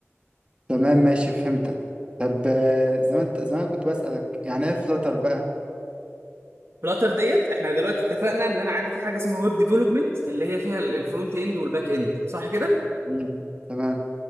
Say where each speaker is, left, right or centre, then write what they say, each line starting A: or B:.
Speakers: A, on the right (about 20°); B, on the right (about 50°).
A: تمام ماشي فهمتك طب آه، زي ما انت زي ما أنا كنت بسألك يعني ايه فلاتر بقى
B: فلاتر ديت احنا دلوقتي اتفقنا ان انا عندي في حاجه اسمها ويب ديفلوبمنت اللي هي فيها ال- الفرونت اند والباك اند صح كده
A: مم. تمام